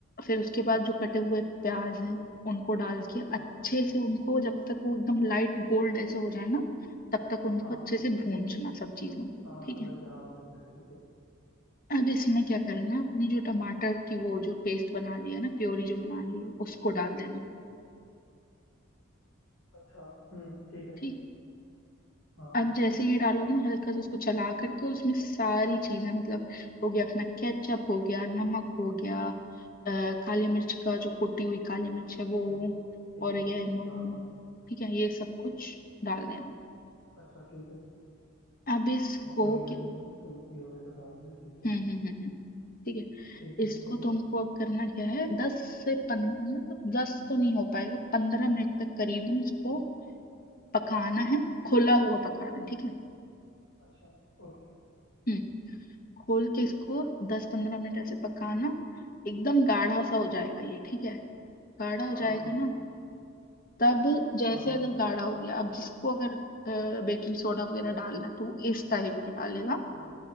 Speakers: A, on the left; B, on the left.
A: फिर उसके बाद जो कटे हुए प्याज हैं उनको डाल के अच्छे
B: हाँ
A: से उनको जब तक वो एकदम लाइट गोल्ड ऐसे हो जाए ना तब तक उनको
B: हाँ
A: अच्छे से भूनना सब चीजों को
B: हाँ हाँ
A: ठीक
B: समझ
A: है
B: गया हाँ बोल रहे हैं ठीक है
A: अब इसमें क्या करना है अपनी जो टमाटर की वो जो पेस्ट बना ली है ना प्योरी जो बना ली है उसको डाल देना
B: अच्छा हम्म ठीक है
A: ठीक है
B: हाँ
A: अब जैसे ये डालोगे ना हल्का सा उसको चला करके और उसमें सारी चीजें मतलब हो गया अपना केचप हो गया नमक हो गया अ, काली मिर्च का जो कुटी हुई काली मिर्च है वो
B: हम्म, ठीक
A: और
B: है
A: ये नून
B: हाँ
A: ठीक है ये सब कुछ डाल देना
B: अच्छा ठीक है
A: अब इसको
B: ओरिगेनो
A: क्या-
B: तुलसी वगैरह सब डालना है ठीक है
A: हम्म हम्म हम्म हम्म, ठीक है
B: ठीक है
A: इसको
B: और
A: तुमको अब करना क्या है दस से पन मतलब दस तो नहीं हो पाएगा पंद्रह मिनट तक करीबन इसको पकाना है खुला हुआ पकाना है ठीक है
B: अच्छा ओके
A: हम्म, खोल के इसको दस पंद्रह मिनट ऐसे पकाना एकदम गाढ़ा सा हो जाएगा ये ठीक है गाढ़ा हो
B: हाँ हाँ
A: जाएगा
B: ठीक
A: ना
B: है
A: तब जैसे
B: हाँ हाँ
A: अगर गाढ़ा हो गया अब जिसको अगर बेकिंग सोडा वगैरह डालना तो वो इस टाइम पे डालेगा
B: अच्छा